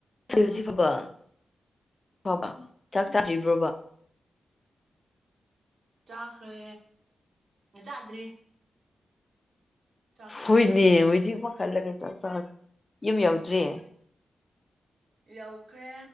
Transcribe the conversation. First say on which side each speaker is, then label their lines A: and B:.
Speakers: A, on the left (about 30°); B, on the right (about 70°).
A: ꯐ ꯍꯧꯖꯤ ꯐꯕ ꯐꯕ ꯆꯥꯛ ꯆꯥ꯭ꯔꯤꯕ꯭ꯔꯣꯕ
B: ꯆꯥꯈ꯭ꯔꯦ ꯆꯥꯗ꯭ꯔꯤ ꯆꯥꯛꯁꯨ
A: ꯍꯣꯏꯅꯦ
B: ꯊꯣꯡꯗ꯭ꯔꯤ
A: ꯍꯣꯏꯗꯤ ꯈꯜꯂꯒꯦ ꯆ ꯆ ꯌꯨꯝ ꯌꯧꯗ꯭ꯔꯤꯌꯦ
B: ꯌꯧꯈ꯭ꯔꯦ